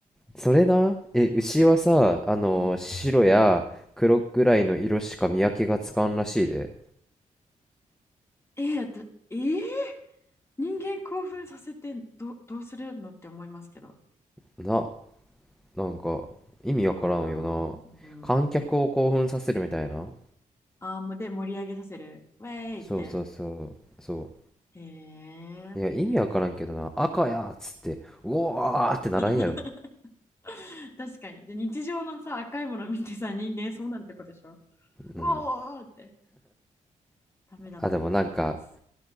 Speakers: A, in the centre; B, on the left.
A: それな、え、牛はさ、あの、
B: うん。
A: 白や黒くらいの色しか見分けがつかんらしいで。
B: ええだえー人間興奮させてど、どうするのって思いますけど。
A: な、なんか、意味わからんよな。
B: おもろいなぁ。うん。
A: 観客を興奮させるみたいな。
B: ああ、もうで盛り上げさせる。ウェーイって。
A: そうそうそう、そ
B: へえ。
A: う。いや、意味わからんけどな、赤やっつって、うおーってならんやろ。
B: <laughs> 確かに。で、日常のさ、赤いもの見てさ、人間そうなるってことでしょうおーって。
A: うん。
B: ダメだと思います。
A: あ、でもなんか、